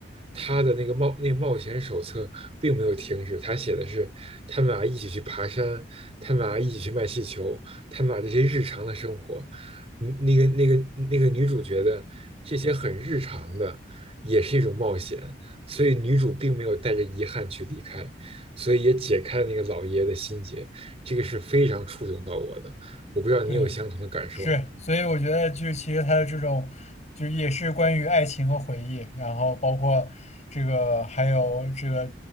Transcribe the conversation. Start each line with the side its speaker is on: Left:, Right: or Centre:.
Right: 他的那个冒那个冒险手册并没有停止，他写的是他们俩一起去爬山，他们俩一起去卖气球，他们俩这些日常的生活。嗯那个那个那个女主觉得这些很日常的也是一种冒险，所以女主并没有带着遗憾去离开，所以也解开了那个老爷爷的心结，这个是非常触动到我的。我不知道你有相同的感受吗？
Left: 对，是，所以我觉得就是其实他的这种，就是也是关于爱情和回忆，然后包括这个还有这个，